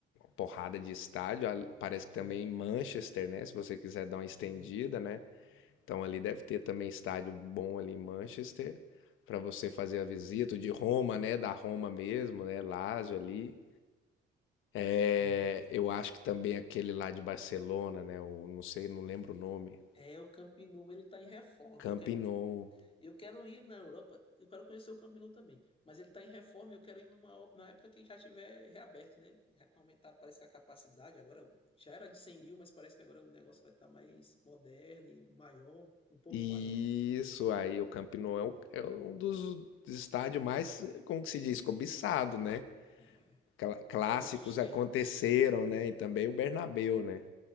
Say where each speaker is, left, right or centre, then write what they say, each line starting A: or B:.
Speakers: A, on the left; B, on the left.
A: porrada de estádio. ah, Parece que
B: É,
A: também em Manchester, né? Se você quiser dar uma estendida,
B: tem, tem.
A: né? Então ali deve ter também estádio bom ali em Manchester para você fazer a visita. O de Roma, né? Da Roma mesmo, né? Lazio ali. É,
B: É,
A: eu acho que também aquele lá de Barcelona, né? O, não sei, não lembro o nome.
B: É, o Camp Nou, ele está em reforma.
A: Camp
B: Eu quero,
A: Nou,
B: eu quero ir na Europa, eu quero conhecer o Camp Nou também. Mas ele está em reforma, e eu quero ir numa, o- na época que já tiver reaberto, né? Já Aumentar, parece que a capacidade agora já era de 100 mil, mas parece que agora o negócio vai estar mais moderno e maior, um pouco
A: Isso
B: maior.
A: aí, o Campinou é um, é um dos estádios mais, como que se diz, cobiçado, né?
B: É,
A: Cla- Clássicos
B: um dos templos.
A: aconteceram, né? E também o Bernabéu, né?